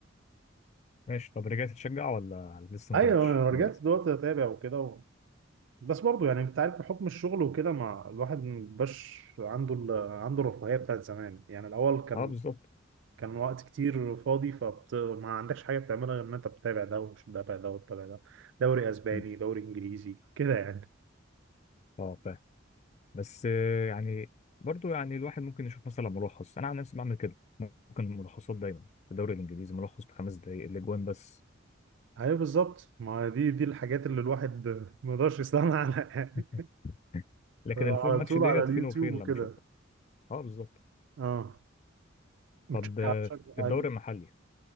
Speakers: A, on the left; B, on the right.
A: ماشي طب رجعت تشجع ولا لسه
B: ايوه
A: ما رجعتش
B: انا رجعت
A: دلوقتي
B: دلوقتي اتابع وكده و... بس برضو يعني انت عارف بحكم الشغل وكده مع الواحد مبقاش عنده ال... عنده الرفاهيه بتاعت زمان يعني الاول كان
A: اه بالظبط
B: كان وقت كتير فاضي فبت... ما عندكش حاجة بتعملها غير إن أنت بتتابع ده وتتابع ده وتتابع ده دوري أسباني
A: مم.
B: دوري إنجليزي كده يعني
A: اه فاهم بس آه، يعني برضو يعني الواحد ممكن يشوف مثلا ملخص انا عن نفسي بعمل كده ممكن ملخصات دايما في الدوري الانجليزي ملخص بخمس دقايق الاجوان بس
B: أيوة بالظبط ما دي دي الحاجات اللي الواحد ما يقدرش يستغنى عنها <laughs> يعني
A: <laughs> لكن
B: على
A: الفول ماتش
B: طول
A: ديت
B: على اليوتيوب
A: فين وفين
B: وكده
A: لما اشوفها اه بالظبط
B: اه بتشجع
A: طب آه،
B: بتشجع
A: في
B: مين؟
A: الدوري المحلي